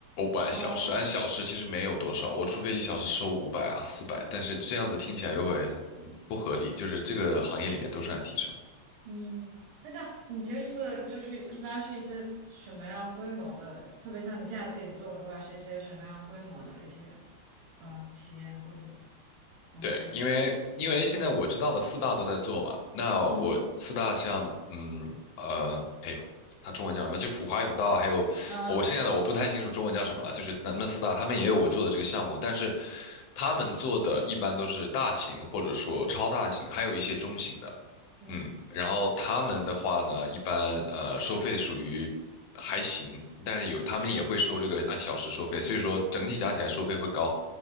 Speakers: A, on the left; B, on the right.
A: 不按小时按小时其实没有多少，
B: 哦，
A: 我除非一小时收五百啊四百4 0但是这样子听起来又会嗯不合理，就是这个行业里面都是按提成。
B: 嗯，那像你接触的，就是一般是一些什么样规模的？特别像你现在自己做的话，是一些什么样规模的一些呃企业或者公司？
A: 对，因为因为现在我知道的四大都在做嘛，那我四大像嗯呃，
B: 嗯
A: 哎呦，它中文叫什么？就普华永道，还有我现在的我不太清楚中文叫什么了，
B: 嗯
A: 就是那那四大，他们也有我做的这个项目，但是他们做的一般都是大型或者说超大型，还有一些中型的。
B: 嗯
A: 嗯，然后他们的话呢，一般呃收费属于还行，但是有他们也会收这个按小时收费，所以说整体加起来收费会高。